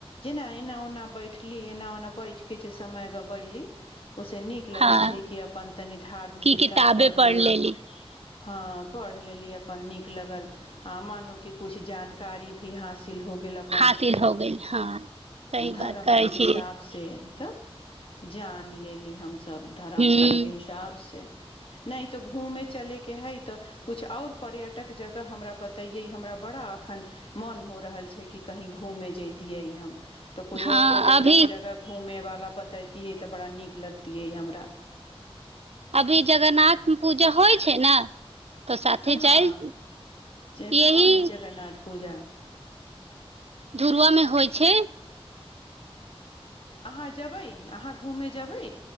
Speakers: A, on the left (about 60°); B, on the right (about 80°).
A: जेना एना ओना बैठली एना ओना बैठ किछु समय गबयली ओहिसँ नीक लगै
B: हँ
A: छै कि अपन तनी धार्मिक
B: की
A: किताब
B: किताबे
A: पढ़ लिउल
B: लेली
A: हँ पढ़ लेली नीक लगल आमानु कि किुछ जानकारी भी हास हासिल हो गेल अपन
B: हासिल हो गेल हँ सही
A: धरमके
B: बात करै
A: हिसाबसँ
B: छियै
A: तऽ जान लेली हम सब धरम
B: हूँ
A: उरमके हिसाबसँ नहि तऽ घूमे चलैके हइ तऽ कुछु आओर पर्यटक जगह हमरा बतैयै हमरा बड़ा अखन मन हो रहल छै कि कही घूमे जैतियै हम तऽ कोइ
B: हँ
A: आओर पर्यटक
B: अभी
A: जगह घूमे वाला बतैयतियै तऽबरा नीक लगतियै हमरा
B: अभी जगन्नाथ पूजा होइ छै ने तऽ साथे
A: कहाँ
B: जाइ
A: जे
B: यही
A: कहाँ हइ जगरनाथ पूजा
B: धुरव मे होइ छै
A: आहा जबै आहा घूमे जबै